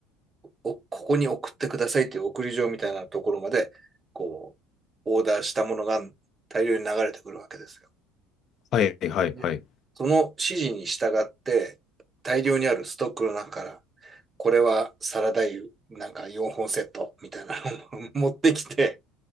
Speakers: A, on the right; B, on the left.
A: おここに送ってくださいという送り状みたいなところまで、こう、オーダーしたものが大量に流れてくるわけですよ。
B: はい、はい、
A: で、
B: はい。
A: その指示に従って、大量にあるストックの中から、これはサラダ油、なんか4本セットみたいなのを <laughs> 持ってきて、